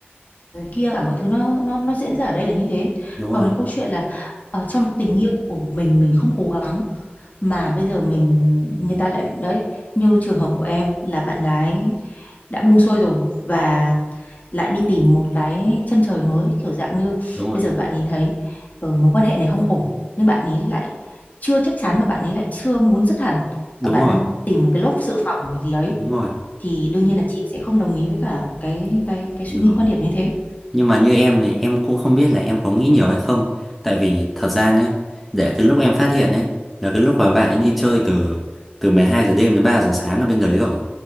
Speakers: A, on the left (about 45°); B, in the centre.
A: người kia cả mọi thứ nó nó nó diễn ra ở đây là như thế
B: đúng
A: còn
B: rồi,
A: cái câu chuyện là ở trong tình yêu của mình mình không cố gắng mà bây giờ mình người ta lại đấy như trường hợp của em là bạn gái đã buông xuôi rồi và lại đi tìm một cái chân trời mới kiểu dạng như
B: đúng rồi,
A: bây giờ bạn ấy thấy ờ, mối quan hệ này không ổn nhưng bạn ấy lại chưa chắc chắn và bạn ấy lại chưa muốn dứt hẳn
B: đúng
A: và bạn
B: rồi,
A: đang tìm một cái lốp dự phòng gì đấy
B: đúng rồi.
A: thì đương nhiên là chị sẽ không đồng ý với cả cái cái cái
B: Đó.
A: suy nghĩ quan điểm như thế
B: Nhưng mà như em này em cũng không biết là em có nghĩ nhiều hay không Tại vì thật ra nhá Để cái lúc em phát hiện ấy Là cái lúc mà bạn ấy đi chơi từ Từ 12 giờ đêm đến 3 giờ sáng ở bên đấy rồi